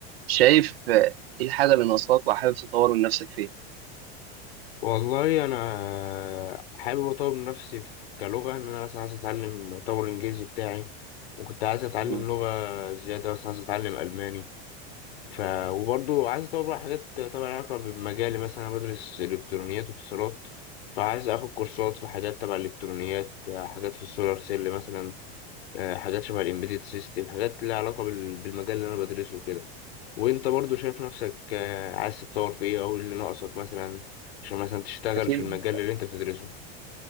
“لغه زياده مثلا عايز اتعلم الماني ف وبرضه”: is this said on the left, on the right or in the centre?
Left